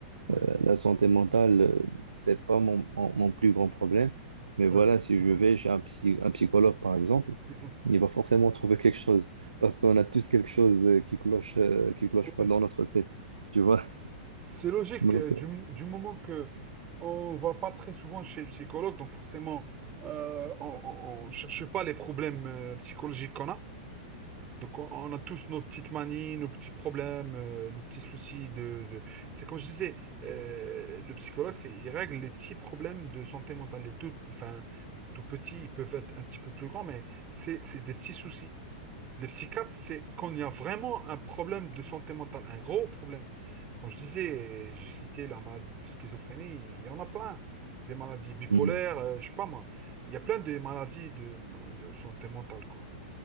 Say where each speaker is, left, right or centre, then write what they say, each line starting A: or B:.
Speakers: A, on the right; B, on the right.
A: Oui,
B: euh, la santé mentale, euh, c'est pas mon, mon, mon plus grand problème. Mais voilà,
A: oui.
B: si
A: C'est
B: je
A: bien.
B: vais chez un psy- un psychologue, par exemple,
A: Mhm.
B: il va forcément trouver <laughs> quelque chose, parce qu'on a tous quelque chose euh, qui cloche, euh, qui cloche
A: Ouais.
B: pas dans notre tête, tu vois.
A: C'est logique,
B: <laughs> Donc,
A: euh, du,
B: euh,
A: du moment que on va pas très souvent chez le psychologue, donc forcément, euh, on ne cherche pas les problèmes euh, psychologiques qu'on a. Donc, on, on a tous nos petites manies, nos petits problèmes, euh, nos petits soucis de, de- C'est comme je disais, euh, le psychologue, c'est, il règle les petits problèmes de santé mentale. Les tout, enfin, tout petits, ils peuvent être un petit peu plus grands, mais c'est, c'est des petits soucis. Le psychiatre, c'est quand il y a vraiment un problème de santé mentale, un gros problème. Comme je disais, j'ai cité la maladie de schizophrénie, il y en a plein. Des maladies bipolaires,
B: Mhm.
A: euh, je sais pas moi. Il y a plein de maladies de, de santé mentale, quoi.